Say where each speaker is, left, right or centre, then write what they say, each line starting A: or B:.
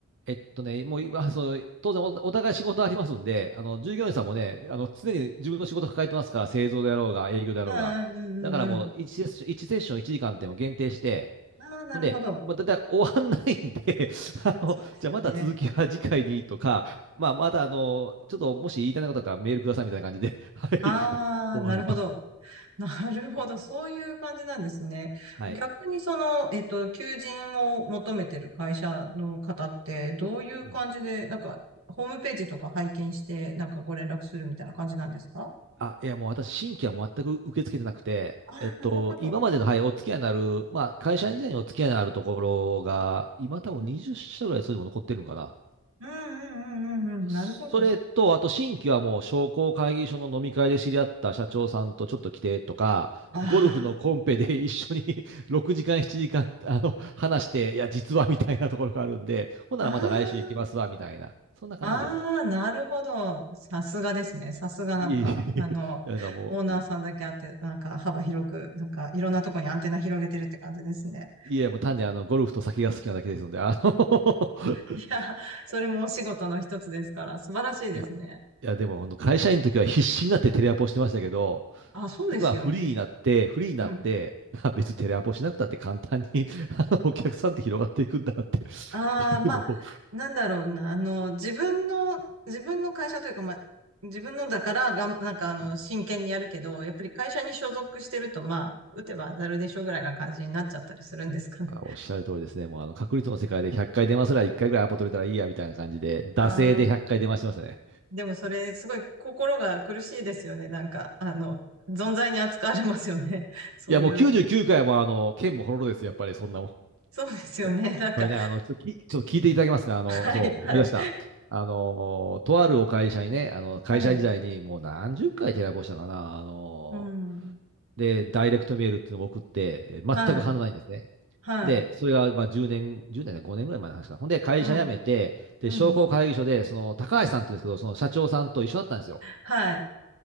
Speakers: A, on the right; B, on the right.
A: えっとね、もう今、そう、当然お、お互い仕事ありますんで、あの、従業員さんもね、あの、常に自分の仕事抱えてますから、製造であろうが、営業であろうが。
B: うんうんうんうんうん。
A: だからもう1セッション、1セッション1時間っても限定して、
B: ああ、なるほど。
A: ほんで、まあ、だいたい終わんないんで <laughs> あの、
B: そうですよね。
A: じゃあまた続きは次回にとか、まあ、またあの、ちょっともし言いたいなことあったらメールくださいみたいな感じで、<laughs> はい、
B: ああ、
A: 終わると。
B: なるほど。<laughs> なるほど。そういう感じなんですね。
A: はい。
B: 逆にその、えっと、求人を求めてる会社の方って、どういう感じで、
A: うん
B: なんか、ホームページとか拝見して、なんかご連絡するみたいな感じなんですか
A: あ、いや、もう私、新規は全く受け付けてなくて、
B: ああー、
A: えっと、
B: なるほど。
A: 今までの、はい、お付き合いのある、まあ、会社員時代にお付き合いのあるところが、今多分20社ぐらいそれでも残ってるんかな。
B: うん、うんうんうんうんうん、
A: それと、
B: なるほど。
A: あと新規はもう商工会議所の飲み会で知り合った社長さんとちょっと来てとか、
B: あ
A: ゴルフのコンペで一緒に <laughs> 6時間、7時間、あの、話して、いや、実はみたいなところがあるんで、ほんならまた来週行きますわ、
B: あ、あ
A: みたいな。そんな感じですわ。
B: あ、ああ、なるほど。さすがですね。さすがなんか、
A: いい。<laughs>
B: あの、
A: だからも
B: オーナーさんだけあって、なんか幅広く、なんかいろんなとこにアンテナ広げてるって感じですね。
A: う、いや、もう単にあの、ゴルフと酒が好きなだけですので、あの <laughs>
B: いや、それもお仕事の一つですから、素晴らしいですね。
A: いや、いや、でも本当会社員の時は必死になってテレアポしてましたけど、
B: あ、そうですよね。
A: 今フリーになって、フリーになって、
B: うん。
A: あ別にテレアポしなくたって簡単に <laughs> あのお客さんって広がっていくんだって <laughs>
B: ああ、まあ、
A: いうのを
B: なんだろうな、あの、自分の、自分の会社というか、まあ、自分のだからがん、なんかあの、真剣にやるけど、やっぱり会社に所属してると、まあ、打てば当たるでしょぐらいな感じになっちゃったりするんですかね。
A: あおっしゃる通りですね。もうあの確率の世界で100回電話すら1回ぐらいアポ取れたらいいやみたいな感じで、惰性で100回電話してましたね。
B: ああ、でもそれ、すごい心が苦しいですよね。なんか、あの、存在に扱われますよね。そういう、
A: いやもう99回もあの、剣もほろろですよ、やっぱりそんなもん。い
B: そうですよね。
A: や、
B: なんか、
A: これね、あの、ちょっときちょっと聞いていただけますかあの、
B: はい、
A: そう、
B: はい、
A: 思い出した。あの、とあるお会社にね、あの、会社時代にもう何十回テレアポしたかな、
B: はい。
A: あの、
B: うん。
A: で、ダイレクトメールっていうのを送って、えー全く反応ないんですね。
B: はい、はい、
A: で、それがまあ10年、10年だ、5年ぐらい前の話かな。ほんで、会社辞めて、
B: うん、
A: で、
B: うん、
A: 商工会議所で、その、高橋さんっていうんですけど、その社長さんと一緒だったんですよ。
B: はい、